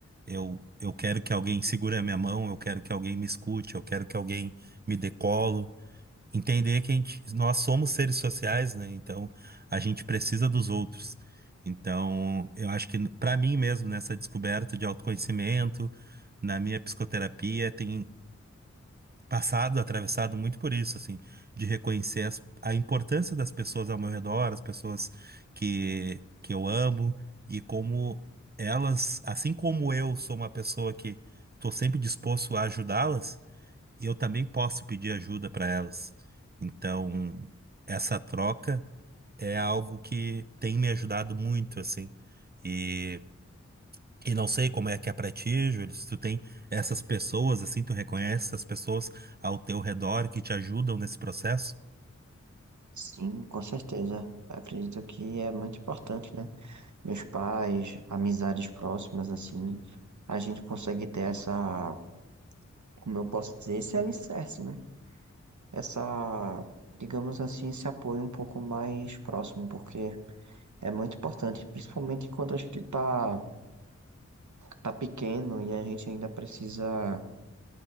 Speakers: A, on the right; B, on the right.
A: eu eu quero que alguém segure a minha mão, eu quero que alguém me escute, eu quero que alguém me decolo entender que a gente, nós somos seres sociais, né? Então a gente precisa dos outros. Então, eu acho que para mim mesmo, nessa descoberta de autoconhecimento, na minha psicoterapia, tem passado, atravessado muito por isso, assim, de reconhecer as- a importância das pessoas ao meu redor, as pessoas que, que eu amo, e como elas, assim como eu sou uma pessoa que estou sempre disposto a ajudá-las, e eu também posso pedir ajuda para elas. Então, essa troca é algo que tem me ajudado muito, assim. E, e não sei como é que é para ti, Júlio, se tu tem essas pessoas, assim, tu reconhece essas pessoas ao teu redor que te ajudam nesse processo?
B: Sim, com certeza. Acredito que é muito importante, né? Meus pais, amizades próximas, assim, a gente consegue ter essa, como eu posso dizer, esse alicerce, né? essa, digamos assim, esse apoio um pouco mais próximo, porque é muito importante, principalmente quando a gente tá, tá pequeno e a gente ainda precisa